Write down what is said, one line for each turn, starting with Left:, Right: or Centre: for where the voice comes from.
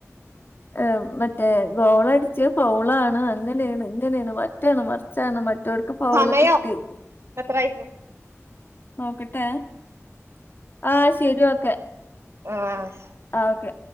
Left: ആഹ് മറ്റേ ഗോളടിച്ചു പൗളാണ് അങ്ങനെയാണ് ഇങ്ങനെയാണ് വറ്റാണ് മറച്ചാണ് ഇറ്റർക്ക് ഫൗള്
Right: സമയം
Left: കിട്ടി
Right: എത്രായിപ്പോ
Left: നോക്കട്ടെ ആഹ് ശരി ക്കെ
Right: ആഹ്
Left: ആ ഓക്കെ